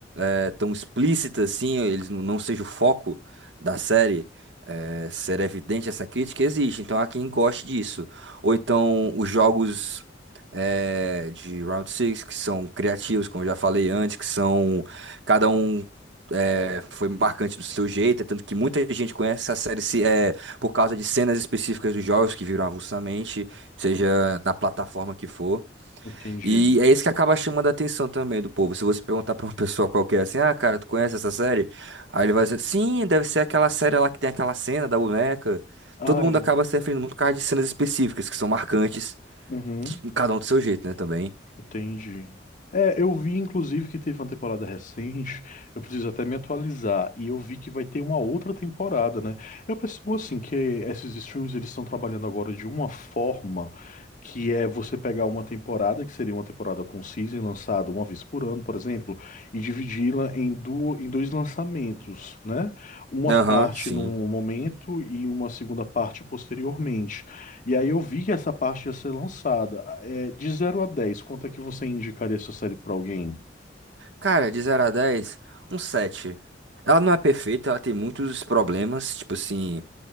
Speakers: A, on the right; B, on the left.
A: é, tão explícita assim, eles não, não seja o foco da série, é, ser evidente essa crítica, existe. Então há quem goste disso. Ou então os jogos é, de Round Six que são criativos, como eu já falei antes, que são. Cada um é, foi marcante do seu jeito, é tanto que muita gente conhece a série se, é, por causa de cenas específicas dos jogos que viram avulsamente, seja na plataforma que for.
B: Entendi.
A: E é isso que acaba chamando a atenção também do povo. Se você perguntar pra uma pessoa qualquer assim, ah, cara, tu conhece essa série? Aí ele vai dizer, sim, deve ser aquela série lá que tem aquela cena da boneca.
B: Ah,
A: Todo mundo
B: é.
A: acaba se referindo muito por causa de cenas específicas, que são marcantes,
B: Uhum.
A: e cada um do seu jeito, né, também.
B: Entendi. É, eu vi inclusive que teve uma temporada recente, eu preciso até me atualizar, e eu vi que vai ter uma outra temporada, né? Eu percebo assim que esses streams eles estão trabalhando agora de uma forma que é você pegar uma temporada, que seria uma temporada com season lançada uma vez por ano, por exemplo, e dividi-la em, du- em dois lançamentos, né? Uma
A: Aham,
B: parte
A: sim.
B: num momento e uma segunda parte posteriormente. E aí eu vi que essa parte ia ser lançada. É, de zero a dez. quanto é que você indicaria essa série pra alguém?
A: Cara, de zero a 10 um 7. Ela não é perfeita, ela tem muitos problemas, tipo assim,